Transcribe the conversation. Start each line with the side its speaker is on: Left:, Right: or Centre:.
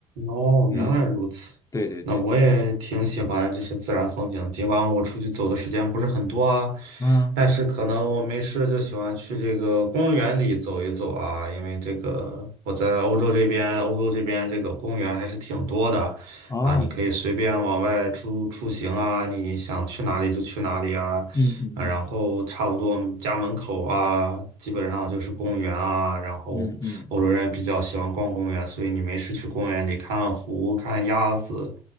Right: 哦，
Left: 嗯，
Right: 原来如此。
Left: 对对对。
Right: 那我也挺喜欢这些自然风景，尽管我出去走的时间不是很多啊，
Left: 嗯。
Right: 但是可能我没事就喜欢去这个公园里走一走啊，因为这个我在欧洲这边，欧洲这边这个公园还是挺多的啊，
Left: 哦，
Right: 你可以随便往外出出行啊，你想去哪里就去哪里啊，
Left: 嗯嗯嗯
Right: 啊，然后差不多家门口啊，基本上就是公园啊。然后欧洲人也比较喜欢逛公园，
Left: 嗯嗯
Right: 所以你没事去公园里看看湖、看鸭子，